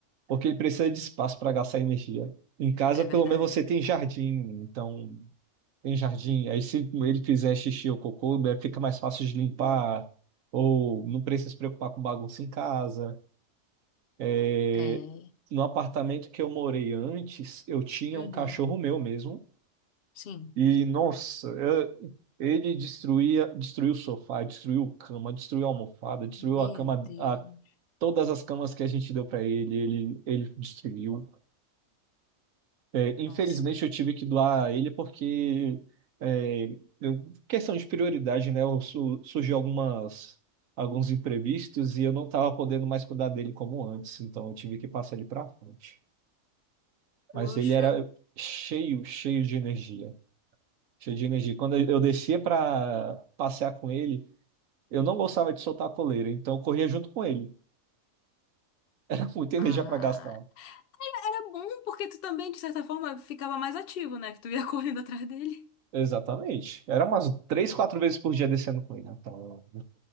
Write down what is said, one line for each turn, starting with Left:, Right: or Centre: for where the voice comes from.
Right: porque ele precisa de espaço para gastar energia. Em casa,
Left: É
Right: pelo
Left: verdade.
Right: menos você tem jardim, então tem jardim. Aí se ele fizer xixi ou cocô, né, fica mais fácil de limpar, ou não precisa se preocupar com bagunça em casa. É,
Left: É.
Right: no apartamento que eu morei antes, eu tinha
Left: Uhum.
Right: um cachorro meu mesmo,
Left: Sim.
Right: e nossa, eu- ele destruía, destruiu o sofá, destruiu a cama, destruiu a almofada, destruiu
Left: Meu
Right: a cama,
Left: Deus.
Right: a- todas as camas que a gente deu para ele, ele, ele destruiu. É,
Left: Nossa.
Right: infelizmente eu tive que doar ele porque é, eu- questão de prioridade, né? eu su- surgiu algumas alguns imprevistos e eu não estava podendo mais cuidar dele como antes, então eu tive que passar ele para frente.
Left: Poxa.
Right: Mas ele era cheio, cheio de energia, cheio de energia. Quando eu descia para passear com ele, eu não gostava de soltar a coleira, então eu corria junto com ele. <laughs> Era muita energia
Left: Ah,
Right: para gastar.
Left: era bom porque tu também, de certa forma, ficava mais ativo, né? Que tu ia <laughs> correndo atrás dele.
Right: Exatamente. Era umas três, quatro vezes por dia descendo com ele, então.